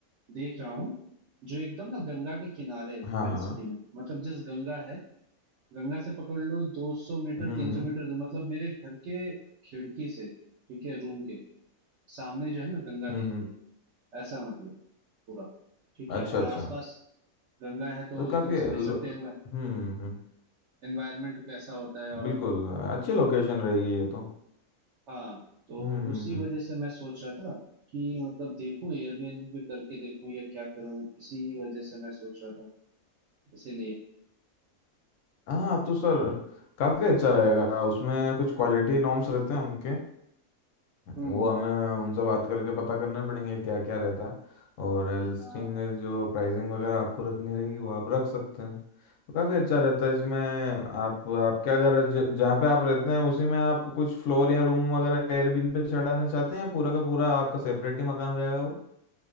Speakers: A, on the right (about 65°); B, on the left (about 70°).
A: देख रहा हूँ जो एकदम ना गंगा के किनारे है
B: हाँ
A: मेरे
B: हाँ
A: सिटी में मतलब जिस गंगा है गंगा से पकड़ लो 200 मीटर
B: हम्म
A: 300
B: हम्म
A: मीटर दूर मतलब मेरे घर के खिड़की से ठीक है रूम के सामने जो है ना गंगा
B: हम्म
A: दिखती
B: हम्म,
A: है ऐसा मतलब पूरा ठीक है
B: अच्छा
A: और
B: अच्छा
A: आसपास गंगा है
B: तो
A: तो
B: काफ़ी
A: तुम
B: लो-
A: समझ सकते हो
B: हम्म हम्म हम्म,
A: एनवायरमेंट कैसा होता है और
B: बिल्कुल अच्छी लोकेशन रहेगी ये तो
A: हाँ तो
B: हम्म
A: उसी
B: हम्म हम्म।
A: वजह से मैं सोच रहा था कि मतलब देखूं एयरबीएनबी पे करके देखूं या क्या करूं इसी वजह से मैं सोच रहा था इसीलिए
B: हाँ तो सर काफ़ी अच्छा रहेगा उसमें कुछ क्वालिटी नॉर्म्स रहते हैं उनके वो
A: हम्म
B: हमें उनसे बात करके पता करने पड़ेंगे क्या क्या रहता है और लिस्टिंग
A: हाँ,
B: जो प्राइसिंग वगैरह आपको रखनी रहेगी वो आप रख सकते हैं तो काफ़ी अच्छा रहता है इसमें आप आपके अगर ज- जहाँ पे आप रहते हैं उसी में आप कुछ फ्लोर या रूम वगैरह एयरबिन पे चढ़ाना चाहते हैं या पूरा का पूरा आपका सेपरेट ही मकान रहेगा वो